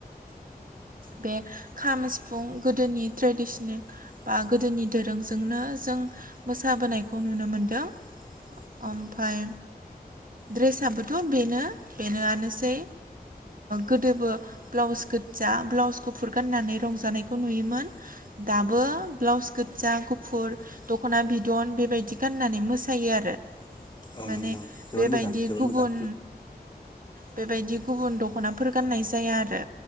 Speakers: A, on the left; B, on the right.
A: <inaudible>
B: बे खाम सिफुं गोदोनि ट्रेडिसनेल बा गोदोनि दोरोंजोंनो जों मोसाबोनायखौ नुनो मोनदों।
A: औ
B: ओमफ्राय ड्रेसआोथ' बेनो बेनोआनोसै गोदोबो ब्लाउस गोजा ब्लाउसखौ फुरगाननानै रंजानायखौ नुयोमोन। दाबो ब्लाउस गोजा गुफुर दख'ना बिदन बेबायदि गाननानै मोसायो आरो
A: औ
B: माने
A: नंगौ नोंथां जोबोद
B: बेबायदि
A: मोजां जोबोद
B: गुबुन
A: मोजां
B: बेबायदि गुबुन दख'नाफोर गाननाय जाया आरो